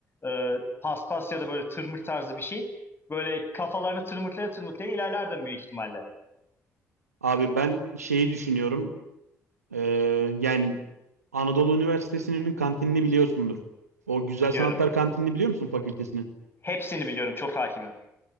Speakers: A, on the left; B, on the right.
A: e, paspas ya da böyle tırmık tarzı bir şey. Böyle kafalarını tırmıklaya tırmıklaya ilerlerdim büyük ihtimalle.
B: Abi ben şeyi düşünüyorum. Ee, yani Anadolu Üniversitesi'nin kantinini biliyorsundur. O Güzel
A: Biliyorum.
B: Sanatlar kantinini biliyor musun fakültesinin?
A: Hepsini biliyorum. Çok hakimim.